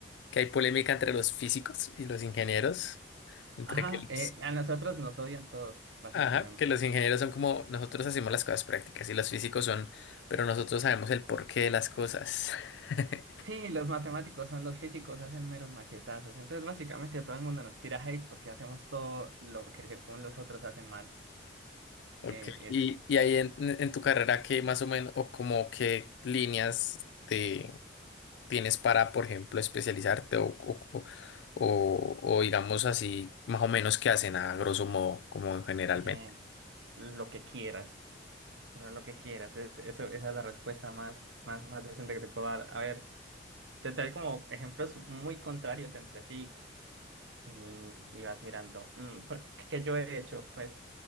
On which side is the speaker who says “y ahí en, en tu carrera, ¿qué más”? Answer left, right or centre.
Left